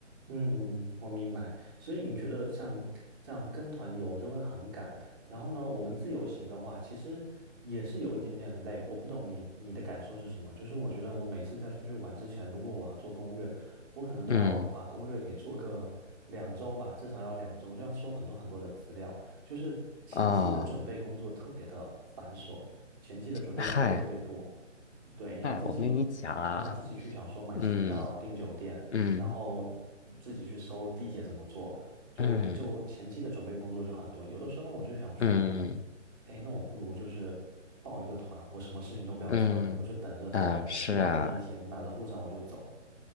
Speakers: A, on the right (about 15°); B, on the left (about 65°).
A: 嗯，我明白。所以你觉得像这样跟团游就会很赶，然后呢，我们自由行的话，其实也是有一点点累。我不懂你你的感受是什么？就是我觉得我每次在出去玩之前，如果我要做攻略，我可能都要把攻略给做个两周吧，
B: 嗯
A: 至少要两周，就要搜很多很多的资料，就是前期的准备工作特别的繁琐，
B: 啊，
A: 前期的准备工作特别多。
B: 嗨
A: 对，你要自己，
B: 嗨，我跟你讲啊，
A: 你要自己去想说买机票、
B: 嗯
A: 订酒店。
B: 嗯
A: 然后自己去搜地铁怎么做，就就前期的准备工作就很多。
B: 嗯
A: 有的时候我就想说，
B: 嗯嗯
A: 哎，那我不如就是报一个团，我什么事情都不要做了，
B: 嗯，
A: 我就等着到了出发那一天，
B: 啊，是啊。
A: 拿着护照我就走。